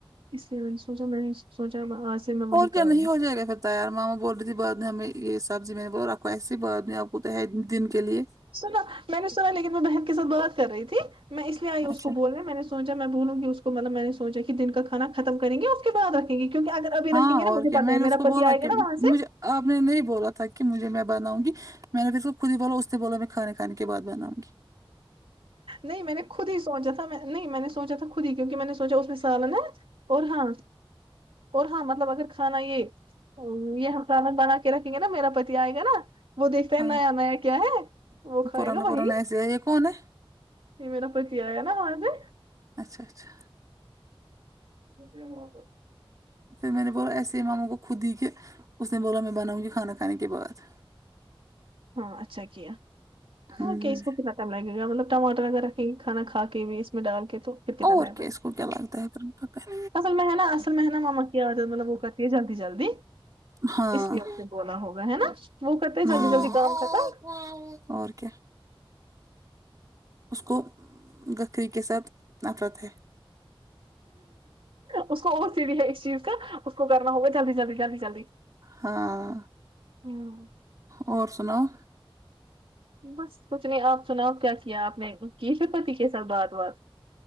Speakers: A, on the right; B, on the right.
A: اس لیے میں نے سوچا میں سوچا آج سے میں وہی
B: اور کیا
A: کروں
B: نہیں
A: گی
B: ہو جائے گا پھر تیار ماما بول رہی تھی بعد میں ہمیں یہ سبزی میں نے وہ رکھو ایسسی بعد میں آپ کو تھے دن کے لیے
A: سنا میں نے سنا لیکن میں بہن کے سات بات کر رہی تھی میں اس لیے آئی اس
B: اچھا
A: کو بول رہے میں نے سوچا میں بولوں گی اس کو مطلب میں نے سوچا کہ دن کا کانا ختم کریں گے اس کے بعد رکھیں گے کیونک اگر ابھی
B: ہاں
A: رکھ گے
B: اور
A: نا مھے
B: کیا
A: پتا
B: میں
A: ہے
B: نے اس
A: میرا
B: کو بولا
A: پتی آئے
B: کہ
A: گا وہاں سے
B: مجھے آپ نے نہیں بولا تھا کہ مجھے میں بناؤں گی میں نے پھر کو خود ہی بولا اس سے بولا میں کانے کھانے کے بعد بناؤں گی
A: نہیں میں نے خود ہی سوچا تھا نہیں میں نے سوچا تھا خود ہی کیونکہ میں نے سوچا اس میں سالن ہے اور ہاں اور ہاں مطلب اگر کھانا یہ یہ ہم سالن بنا کے رکھیں گے نا میرا پتی آئے گا نا وہ دیکھتا ہے
B: ہاں
A: نیا نیا کیا ہے وہ کھائے
B: پرانا
A: گا
B: پرانا
A: وہی
B: ایسے ہے یہ کون ہے
A: ابھی میرا پتی آیا نا وہاں سے
B: اچھا اچھا
A: دن ہوات <inaudible>
B: پھر میں نے بولا ایسے ماموں کو خود دی کہ اس نے بولا میں بناؤں گی کھانا کھنے کے بعد
A: ہاں اچھا کیا
B: ہمم
A: اوک اس کو لگے گا مطلب ٹماٹر اگر ریں کھانا کھا کے بھی اس میں ڈال کے تو پھر کتناگ
B: اور
A: ٹائم
B: کیا
A: لگے
B: اس کو کیا لگتا ہے پھر پتہ
A: اصل میں ہے نا اصل میں ہے نا ماما کیا آ مطلب وہ کر جلدی جلدی
B: نہیں ہاں
A: اس لیے اس نے بولا ہوگا ہے نا وہ کرتے
B: ہمم
A: جلدی جلدی کام ختم
B: اور کیا اس کو بکرے کے ساتھ نفرت ہے
A: اس کو اور سیھی ہے ایک چیز کا اس کو کرنا ہوگا جلدی جلدی جلدی جلدی
B: ہاں
A: ہ
B: اور سناؤ
A: بس کچھ نہیں آپ سناؤ کیا کیا آپ نے کی سب پتی کے ساتھ بات وات